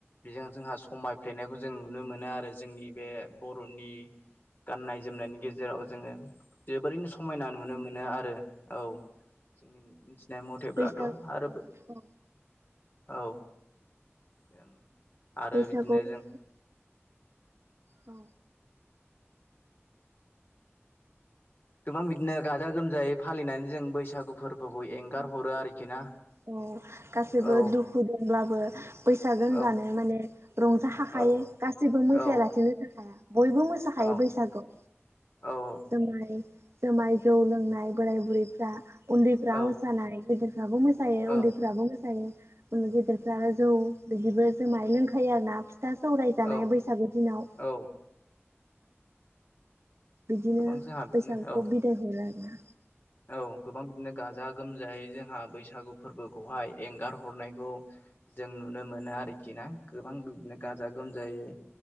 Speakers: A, on the left; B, on the right.
A: बिजों जोंहा समाय फ्लेनायखौ जों नुनो मोनो आरो जोंनि बे बर'नि। गाननाय जोमनायनि गेजेराव जोङो जोबोरैनो समायना नुनो मोनो आरो औ जोंनिथि। <unintelligible> जनाय मथेब्लाथ'
B: बैसाग
A: आरो
B: औ
A: औ जों आरो
B: बैसागोआव
A: बिदिनो
B: थ। औ।
A: गोबां बिदिनो गाजा गोमजायै फालिनानै जों बैसागु फोरबोखौ एंगार हरो आरोखि ना।
B: औ गासैबो
A: औ
B: दुखु दंब्लाबो। बैसागो होनब्लानो
A: औ
B: माने रंजाखाखायो
A: औ
B: गासिबो मोसायालासेनो
A: औ
B: थाखायाया। बयबो मोसाखायो
A: औ
B: बैसागुआव।।
A: औ औ
B: जामाय जुमाय जौ लोंनाय बोराय बुरैफ्रा उन्दैफ्रा
A: औ
B: मोसानाय गिदिर दाबो मोसायो
A: औ
B: उन्दैफ्राबो मोसा। सायो उन्दै गेदेरफ्रा जौ बिदिबो जु माय लोंखायो आरोना फि था सौरायजानाय
A: औ
B: बैसागु दिनाव।
A: औ
B: बिदिनो
A: गोबां जोंहा बिदिनो
B: बैसाागखौ
A: औ
B: बिदाय हरो आरोना।
A: औ गोबां बिदिनो गाजा गोमजायै जोंहा बैसागु फोरबोखौहाय एंगार हरनायखौ। जों नुनो मोनो आरोखि ना गोबां बिदिनो गाजा गोमजायै।